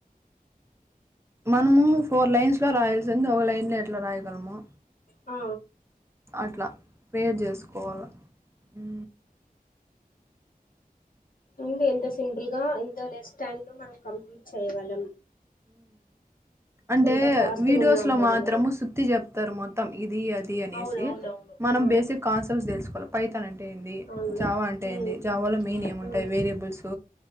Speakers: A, on the right; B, on the left.
A: మనము ఫోర్ లైన్స్ లో రాయాల్సింది ఒక లైన్ లో ఎట్లా రాయగలము
B: హ
A: అట్లా ప్రేయర్ చేసుకోవాల ఉ
B: ఉంది ఎంత సింపుల్ గా ఎంత లెస్ టైమ్ లో మనం కంప్లీట్ చేయగలం
A: అంటే
B: ఎంత ఫాస్ట్
A: వీడియోస్లో
B: గా ఉన్నాం మనము
A: మాత్రము సుత్తి చెప్ తర్ మొత్తం ఇది అది అనేసి
B: అవును అవునవును
A: మనం
B: ఆ
A: బేసిక్ కాన్సెప్ట్స్ తెలుసుకోవాల పైతాన్ అంటే ఏంది
B: అవును
A: జావా అంటే
B: ఉమ్
A: ఏంది జావాలో మెయిన్ ఏముంటాయి
B: ఉమ్
A: వేరియేబుల్స్